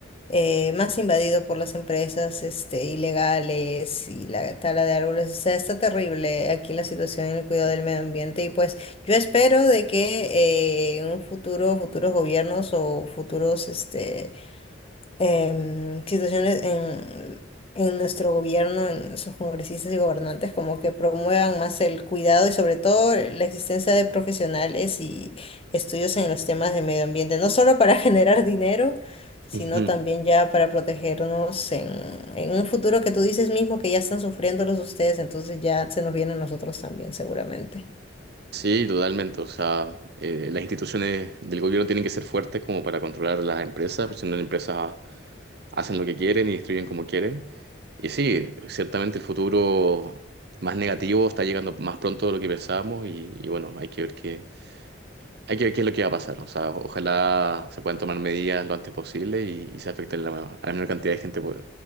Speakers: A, on the left; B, on the right.
A: eh, más invadido por las empresas, este, ilegales y la tala de árboles. O sea, está terrible aquí la situación en el cuidado del medio ambiente. Y pues, yo espero de que eh, en un futuro, futuros gobiernos o futuros, este em, situaciones en, en nuestro gobierno, en sus congresistas y gobernantes, como que promuevan más el cuidado y sobre todo la existencia de profesionales y estudios en los temas de medio ambiente, no solo para <laughs> generar dinero, sino
B: Ujú.
A: también
B: <laughs>
A: ya para protegernos en, en un futuro que tú dices mismo que ya están sufriéndolos ustedes, entonces ya se nos viene a nosotros también, seguramente.
B: Sí, totalmente. O sea, eh, las instituciones del gobierno tienen que ser fuertes como para controlar las empresas, porque si no las empresas hacen lo que quieren y destruyen como quieren. Y sí, ciertamente el futuro más negativo está llegando más pronto de lo que pensábamos y, y bueno, hay que ver qué, Hay que ver qué es lo que va a pasar. O sea, ojalá se puedan tomar medidas lo antes posible y, y se afecte la, a la menor cantidad de gente, po-